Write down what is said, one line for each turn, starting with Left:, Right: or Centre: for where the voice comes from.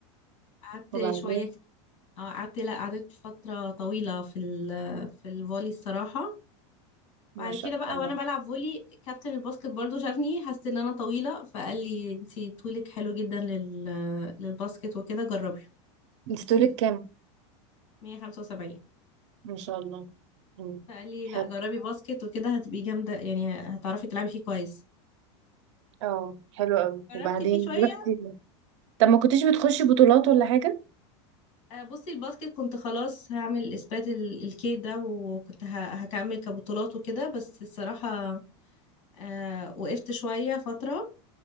Left: قعدت
Right: وبعدين
Left: شوية اه قعدت لا قعدت فترة طويلة في ال في الفولي الصراحة بعد
Right: ما شاء
Left: كده بقى
Right: الله
Left: وانا بلعب فولي كابتن الباسكت برضو شافني حس ان انا طويله فقال لي انتي طولك حلو جدا لل... للباسكت وكده جربي
Right: انت طولك كام
Left: 175
Right: ما شاء الله امم
Left: فقال لي
Right: حلو
Left: لا جربي باسكت وكده هتبقي جامده يعني هتعرفي تلعبي فيه كويس
Right: اه حلو قوي
Left: جربت
Right: وبعدين
Left: فيه شويه
Right: رحتي طب ما كنتيش بتخشي بطولات ولا حاجه
Left: آه، بصي الباسكت كنت خلاص هعمل اثبات ال- الكيد ده وكنت ه... هكمل كبطولات وكده بس الصراحه آه، وقفت شويه فتره